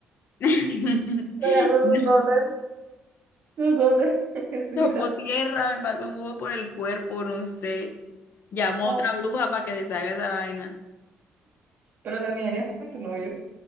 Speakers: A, on the left; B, on the right.
A: <laughs>
B: Pegando su tótem. Su tótem, <laughs> jesuita.
A: No, tocó tierra, me pasó un huevo por el cuerpo, no sé. Llamó
B: Ah,
A: a otra bruja para que deshaga esa vaina.
B: pero terminarías con tu novio.